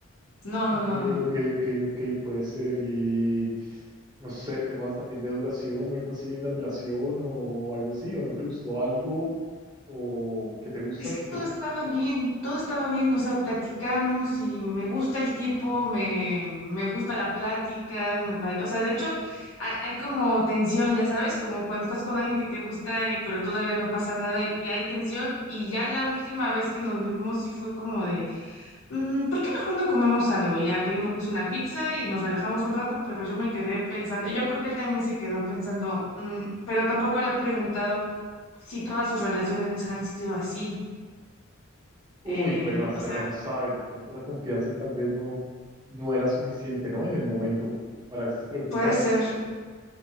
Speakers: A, on the left (about 75°); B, on the right (about 20°).
A: No,
B: Ok,
A: no, no, no, no.
B: ok, ok, ok, puede ser. Y no sé, temas también de duración o algo así en la relación o algo así, o no te gustó algo o que te gusta,
A: Es
B: porque
A: que todo
B: es-
A: estaba bien, todo estaba bien, o sea, platicamos y me gusta el tipo, me, me gusta la plática, me pare- o sea, de hecho, hay, hay como tensión, ya sabes, como cuando estás con alguien que te gusta, eh, pero todavía no pasa nada y, y hay tensión, y ya la última vez que nos vimos sí fue como de, "Mm, ¿por qué mejor no comemos algo? Y ya pedimos una pizza y nos relajamos un rato, pero yo me quedé pensando, y yo creo que él también se quedó pensando, "Mm", pero tampoco le he preguntado si todas sus relaciones han sido así.
B: Uy,
A: Eh,
B: bueno, hasta
A: o sea,
B: ya no sabes, de pronto la confianza tal vez no, no era suficiente, ¿no? En el momento para esas preguntas,
A: Puede ser.